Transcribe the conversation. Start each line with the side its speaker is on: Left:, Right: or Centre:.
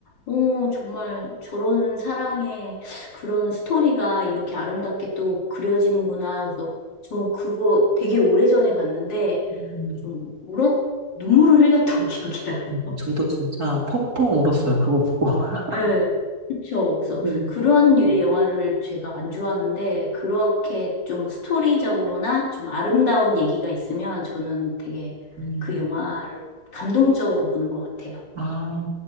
Left: 어 정말 저런 사랑의 그런 스토리가 이렇게 아름답게 또 그려지는구나 그래서 저 그거 되게 오래전에 봤는데
Right: 음.
Left: 좀 울었 눈물을 흘렸던 <laughs> 기억이 나요.
Right: 음, 저도 진짜 펑펑 울었어요. 그거 보고. <laughs>
Left: 네. 그렇죠. 그래서
Right: 음.
Left: 그런 류의 영화를 제가 안 좋아하는데 그렇게 좀 스토리적으로나 좀 아름다운 얘기가 있으면 저는 되게
Right: 음.
Left: 그 영화를 감동적으로 보는 것 같아요.
Right: 아,